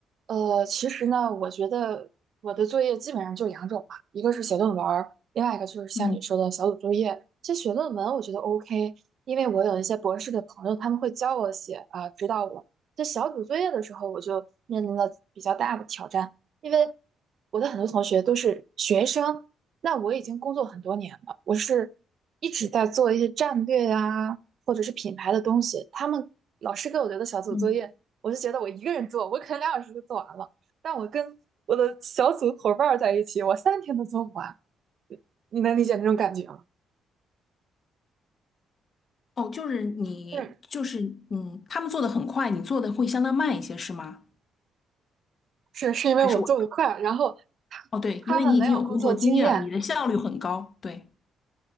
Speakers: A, on the right; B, on the left.
A: 呃，其实呢，我觉得我的作业基本上就两种吧，一个是写论文儿另外一个就是像你说的小组作业。
B: 嗯
A: 其实写论文我觉得 OK，因为我有一些博士的朋友，他们会教我写啊，指导我。在小组作业的时候，我就面临了比较大的挑战，因为我的很多同学都是学生，那我已经工作很多年了，我是一直在做一些战略啊，或者是品牌的东西。他们老师给我留的小组作业。
B: 嗯，
A: 我就觉得我一个人做，我可能两小时就做完了，但我跟我的小组伙伴在一起，我三天都做不完。你能理解那种感觉吗？
B: 哦，就是你，
A: 是
B: 就是嗯，他们做的很快，你做的会相当慢一些，是吗？
A: 是是因为我做的快，
B: 还是我？
A: 然后他他们没有工作经验，
B: 哦，对，因为你已经有工作经验了，你的效率很高。对，